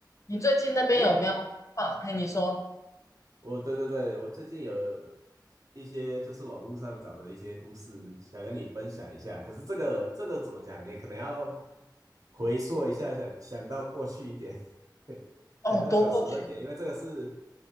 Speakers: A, on the left (about 45°); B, on the right (about 50°).
A: 你最近那边有没有啊？
B: 哎，
A: 嘿，你说
B: 我对对对，我最近有一些就是网络上找的一些故事，想跟你分享一下。可是这个这个怎么讲？你可能要回溯一下，想想到过去一点，<laughs>
A: 哦，
B: 想到小时候一点，
A: 都过去，
B: 因为这个是，